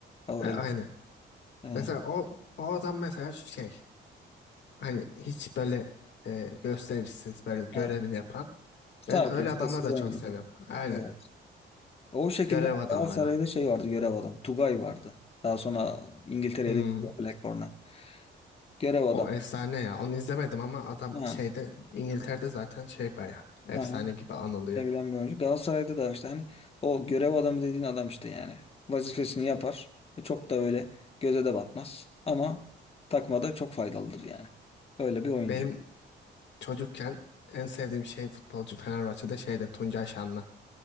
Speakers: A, on the left; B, on the left.
A: Aurelio.
B: E, aynen.
A: Evet.
B: Mesela o, o adam mesela şey hani hiç böyle e, gösterişsiz böyle görevini
A: Evet.
B: yapan.
A: Sakin,
B: Ben öyle
A: sessiz
B: adamları da
A: oynuyordu.
B: çok seviyorum. Aynen
A: Evet. O şekilde
B: görev adamları.
A: Galatasaray'da şey vardı görev adam. Tugay vardı. Daha sonra İngiltere'ye
B: Hmm.
A: de gitti Blackburn'a. Görev
B: O
A: adam.
B: efsane ya. Onu izlemedim ama adam
A: Ha,
B: şeyde İngiltere'de zaten şey baya efsane
A: ha,
B: gibi anılıyor.
A: sevilen bir oyuncu. Galatasaray'da da işte hani o görev adamı dediğin adam işte yani. Vazifesini yapar. E, Çok da öyle göze de batmaz. Ama takmada çok faydalıdır yani. Öyle bir oyuncu.
B: Benim çocukken en sevdiğim şey futbolcu Fenerbahçe'de şeyde Tuncay Şanlı.